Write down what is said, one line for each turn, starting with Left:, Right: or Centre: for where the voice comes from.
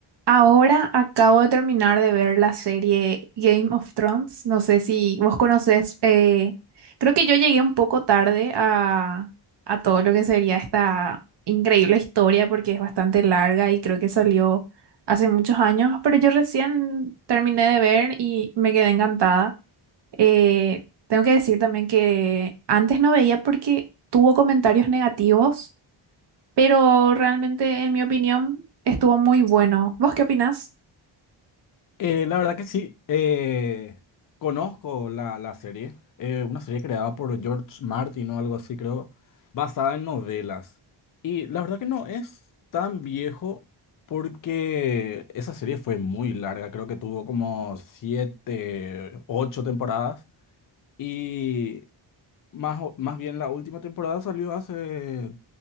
Right: Ahora acabo de terminar de ver la serie Game of Thrones. No sé si vos conocés, eh, creo que yo llegué un poco tarde a, a todo lo que sería esta increíble historia porque es bastante larga y creo que salió hace muchos años, pero yo recién terminé de ver y me quedé encantada. Eh, tengo que decir también que antes no veía porque tuvo comentarios negativos, pero realmente en mi opinión estuvo muy bueno. ¿Vos qué opinás?
Left: Eh, la verdad que sí, eh, conozco la, la serie, eh, una serie creada por George Martin o algo así, creo, basada en novelas. Y la verdad que no es tan viejo porque esa serie fue muy larga, creo que tuvo como siete, ocho temporadas y más, o- más bien la última temporada salió hace